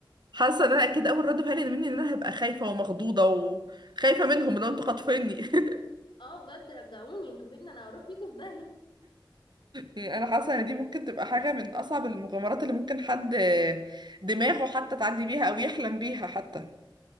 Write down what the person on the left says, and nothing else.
اه بجد رجعوني انتوا فين انا هروح فيكم في داهيه